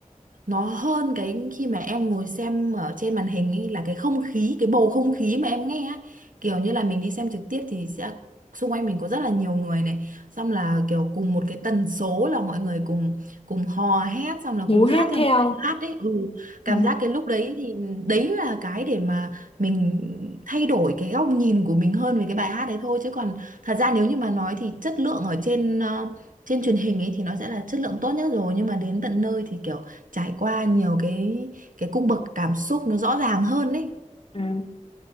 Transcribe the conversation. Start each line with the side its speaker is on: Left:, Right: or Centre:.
Right: nó hơn cái khi mà em ngồi xem ở trên màn hình ấy là cái không khí cái bầu không khí mà em nghe á kiểu như là mình đi xem trực tiếp thì sẽ xung quanh mình có rất là nhiều người này xong là kiểu cùng một cái tần số là mọi người cùng cùng hò hét xong là
Left: hú
Right: cùng hát
Left: hét
Right: theo
Left: theo
Right: một bài hát đấy ừ,
Left: ừ.
Right: cảm giác cái lúc đấy thì đấy là cái để mà mình thay đổi cái góc nhìn của mình hơn về cái bài hát đấy thôi chứ còn thật ra nếu như mà nói thì chất lượng ở trên ờ, trên truyền hình ấy thì nó sẽ là chất lượng tốt nhất rồi nhưng mà đến tận nơi thì kiểu trải qua nhiều cái cái cung bậc cảm xúc nó rõ ràng hơn ấy
Left: Ừ.